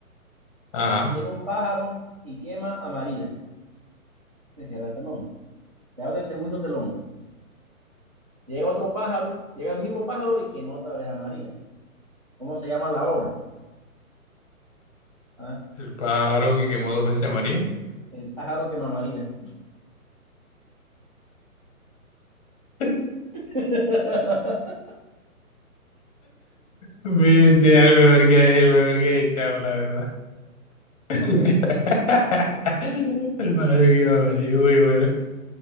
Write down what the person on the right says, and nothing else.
Llega un pájaro y quema a María. Se cierra el telón. Se abre el segundo telón. Llega otro pájaro, llega el mismo pájaro y quema otra vez a María. ¿Cómo se llama la obra? Ah,
El pájaro quema a María.
<laughs>